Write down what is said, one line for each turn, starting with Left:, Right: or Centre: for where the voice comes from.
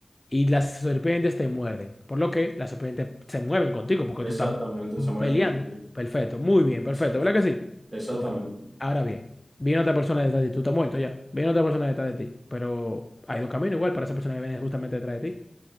Left: y las serpientes te muerden. Por lo que las serpientes se mueven contigo porque
Right: exactamente,
Left: tú estás
Right: se me
Left: peleando.
Right: había confundido.
Left: Perfecto, muy bien, perfecto,
Right: Exa-
Left: ¿verdad que sí?
Right: Exactamente.
Left: Ok, ahora bien, viene otra persona detrás de ti, tú estás muerto ya, viene otra persona detrás de ti, pero hay dos caminos igual para esa persona que viene justamente detrás de ti.